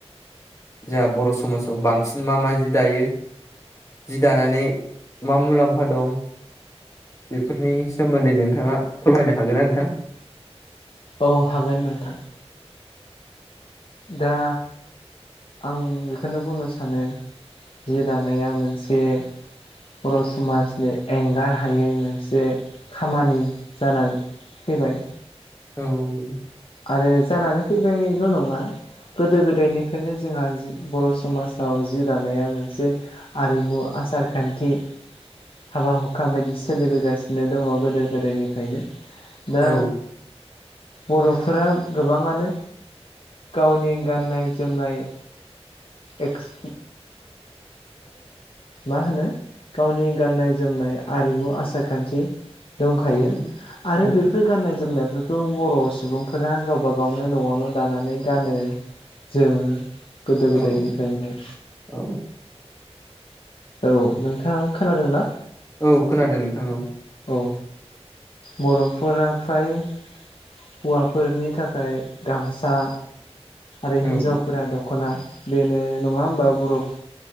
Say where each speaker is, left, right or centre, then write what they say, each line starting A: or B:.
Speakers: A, on the left (about 30°); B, on the left (about 55°).
A: जोंहा बर' समाजाव बांसिन मा मा जि दायो। जि दानानै मा मुलाम्फा दं बेफोरनि सोमोन्दै दिै नोंथाङा फोरमायनो हागोन ना नोंथां?
B: औ हागोन नोंथां। दा आं बेखौनो बुंनो सानो जि दानाया मोनसे बर' समाजनि एंगार हायै मोनसे खामानि जानानै फैबाय।
A: औ।
B: आरो जानानै फैबायल' नङा। गोदो गोदायनिफ्रायनो जोंहा जि बर' समाजाव जि दानाया मोनसे आरिमु आसार खान्थि हाबा हुखा बायदि सोलिबोगासिनो दङ गोदो गोदायनिफ्रायनो। दा
A: औ
B: बर'। फोर गोबाङानो गावनि गाननाय जोमनाय। एक्स मा होनो? गावनि गाननाय जोमनाय आरिमु आसार खान्थि। दंखायो
A: औ
B: आरो
A: औ
B: बेफोर गाननाय जोमनायफोरखौ। बेखौ बर' सुबुंफोरा गावबा गावनो न'आवनो दानानै गानो जोमो। गोदो गोदायनिफ्रायनो।
A: औ औ।
B: औ नोंथाङा खोनादोंना?
A: औ खोनादों नोंथां औ।
B: औ बर'फोरा फ्राय हौवाफोरनि थाखाय गामसा। आरो
A: औ
B: हिन्जावफोरा दख'ना बेनो नङा होमबा बरफ